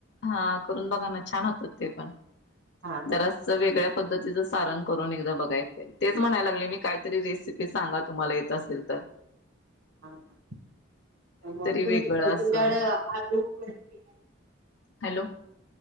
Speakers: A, on the left; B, on the right.
A: हा करून बघाना छान होतात ते पण.
B: हा
A: जरास वेगळ्या -- पद्धतीचं सारण करून एकदा बघायचंय तेच म्हणायला लागले मी काहीतरी रेसिपी सांगा तुम्हाला येत असेल तर --
B: ह मग तुम
A: वेगळं
B: तुमच्याकड
A: असं
B: आंबिल -- ब <unintelligible>
A: हॅलो.